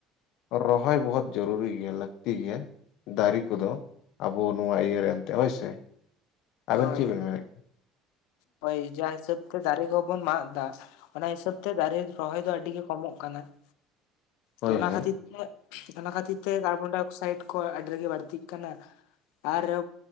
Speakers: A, on the left; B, on the left.
A: ᱨᱚᱦᱚᱭ ᱵᱚᱦᱚᱛ ᱡᱚᱨᱩᱨᱤ ᱜᱮᱭᱟ ᱞᱟᱹᱠᱛᱤ ᱜᱮᱭᱟ ᱫᱟᱨᱮ ᱠᱚᱫᱚ ᱾ ᱟᱵᱚ ᱱᱚᱣᱟ ᱤᱭᱟᱹ ᱨᱮ ᱮᱱᱛᱮᱫ ᱦᱳᱭ ᱥᱮ ᱟᱵᱮᱱ
B: ᱦᱳᱭ
A: ᱪᱮᱫ ᱵᱮᱱ ᱢᱮᱱᱮ?
B: ᱦᱳᱭ ᱡᱟ ᱦᱤᱥᱟᱹᱵ ᱛᱮ ᱫᱟᱨᱮ ᱠᱚ, ᱵᱚᱱ ᱢᱟᱜ ᱫᱟ ᱚᱱᱟ ᱦᱤᱥᱟᱹᱵ ᱛᱮ ᱫᱟᱨᱮ ᱨᱚᱦᱚᱭ ᱫᱚ ᱟᱹᱰᱤ ᱜᱮ ᱠᱚᱢᱚᱜ ᱠᱟᱱᱟ ᱾
A: ᱦᱳᱭ
B: ᱛᱚ ᱚᱱᱟ
A: ᱦᱳᱭ
B: ᱠᱷᱟᱹᱛᱤᱨ ᱛᱮ ᱚᱱᱟ ᱠᱷᱟᱹᱛᱤᱨ ᱛᱮ ᱠᱟᱨᱵᱚᱱᱰᱟᱭ ᱚᱠᱥᱟᱭᱤᱰ ᱠᱚ ᱟᱹᱰᱤ ᱨᱟᱜᱤ ᱵᱟᱹᱲᱛᱤᱜ ᱠᱟᱱᱟ ᱾ ᱟᱨ